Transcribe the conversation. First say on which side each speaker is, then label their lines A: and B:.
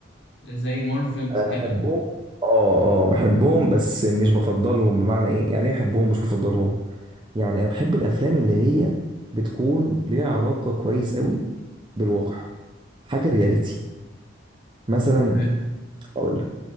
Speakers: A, on the left (about 60°); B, on the right (about 25°).
A: زي مارفل وكده
B: أنا بحبهم اه اه بحبهم بس مش بفضلهم بمعنى ايه يعني ايه احبهم مش بفضلهم يعني انا بحب الافلام اللي هي بتكون ليها علاقة كويس قوي بالواقع حاجة رياليتي مثلا
A: حلو.
B: اقول لك